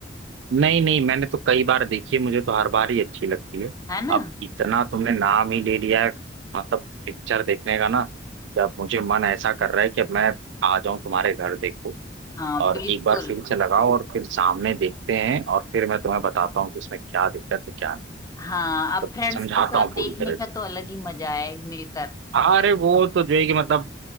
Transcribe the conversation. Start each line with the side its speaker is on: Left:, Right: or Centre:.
Right: नहीं नहीं मैंने तो कई बार देखी है मुझे तो हर बार ही अच्छी लगती है
Left: है ना
Right: अब इतना तुमने नाम ही ले लिया है मतलब पिक्चर देखने का ना कि अब मुझे मन ऐसा कर रहा है कि अब मैं आ जाऊं तुम्हारे घर देखो
Left: हाँ
Right: और
Left: बिल्कुल
Right: एक बार फिर से लगाओ और फिर सामने देखते हैं और फिर मैं तुम्हें बताता हूँ कि इसमें क्या दिक्कत है क्या नहीं
Left: हाँ आप
Right: तो
Left: फ्रेंड्स
Right: समझाता
Left: के साथ
Right: हूँ पूरी
Left: देखने
Right: तरह से
Left: का तो अलग ही मजा है मिलकर
Right: अरे वो तो जो है कि मतलब